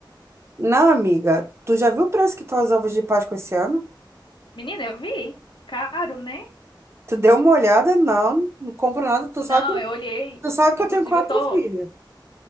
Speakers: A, on the right (about 35°); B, on the left (about 75°).
A: Não, amiga, tu já viu o preço que tá os ovos de Páscoa esse ano?
B: Menina, eu vi. Caro, né?
A: Tu deu uma olhada? Não, não compro nada. Tu
B: Não,
A: sabe, que-
B: eu olhei.
A: tu sabe que
B: Inclusive,
A: eu tenho quatro
B: eu tô.
A: filhos.